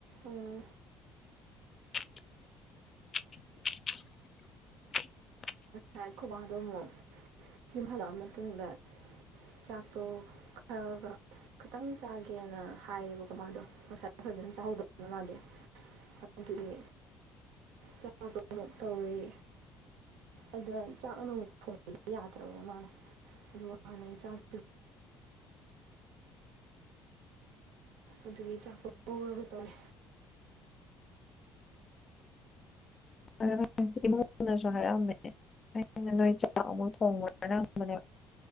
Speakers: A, on the right; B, on the left.
A: ꯎꯝ
B: <inaudible>
A: ꯅꯏ ꯈꯣꯏ ꯕꯗꯣꯑꯃꯨꯛ ꯌꯨꯝ ꯍꯜꯂꯛꯑ ꯃꯇꯨꯡꯗ ꯆꯥꯛꯇꯣ ꯈꯒ ꯈꯤꯇꯪ ꯆꯥꯒꯦꯅ ꯍꯥꯏꯔꯦꯕꯀꯣ ꯃꯗꯣ ꯉꯁꯥꯏ ꯐꯖꯅ ꯆꯥꯍꯧꯗꯕꯅꯤꯅ ꯃꯗꯤ ꯑꯗꯨꯅꯦ ꯆꯥꯗꯣ ꯑꯃꯨꯛ ꯇꯧꯔꯤ ꯑꯗꯣ ꯍꯏ ꯆꯥꯛ <unintelligible> ꯑꯃꯨꯛ ꯊꯣꯡꯕꯗꯤ ꯌꯥꯗ꯭ꯔꯕ ꯃꯅ ꯑꯗꯨꯒ ꯍꯥꯟꯅꯩ <unintelligible> ꯑꯗꯨꯒꯤ ꯆꯥꯛꯇꯣ ꯉꯧꯔꯒ ꯇꯧꯋꯦ
B: <unintelligible> ꯑꯩꯅ ꯅꯣꯏ ꯆꯥꯛ ꯑꯃꯨꯛ ꯊꯣꯡꯕ꯭ꯔꯅ ꯍꯪꯕꯅꯦꯕ